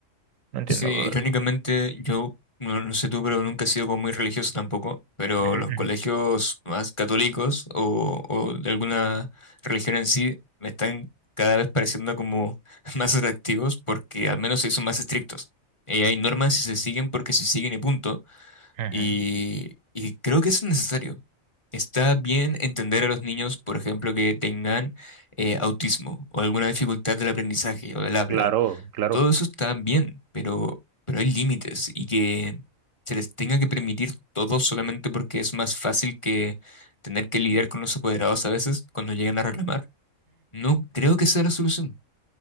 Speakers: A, on the right; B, on the left.
A: no entiendo.
B: Sí, irónicamente yo, no, no sé tú, pero nunca he sido como muy religioso tampoco. Pero
A: Ujú,
B: los
A: ujú,
B: colegios más católicos o, o de alguna religión en sí me están cada vez pareciendo como <laughs> más atractivos porque al menos se son más estrictos. Eh, hay normas y se siguen porque se siguen y punto
A: ujú.
B: Y, y creo que es necesario. Está bien entender a los niños, por ejemplo, que tengan eh, autismo o alguna dificultad del aprendizaje o del habla.
A: Claro, claro.
B: Todo eso está bien, pero, pero hay límites y que se les tenga que permitir todo solamente porque es más fácil que tener que lidiar con los apoderados a veces cuando llegan a reclamar. No creo que sea la solución.